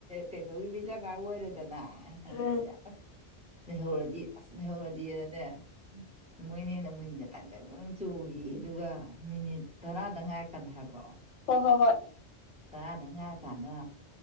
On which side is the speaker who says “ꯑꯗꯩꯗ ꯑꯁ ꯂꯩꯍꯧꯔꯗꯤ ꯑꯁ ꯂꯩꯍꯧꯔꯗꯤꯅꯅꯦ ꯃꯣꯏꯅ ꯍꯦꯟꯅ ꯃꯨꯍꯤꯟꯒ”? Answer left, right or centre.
Centre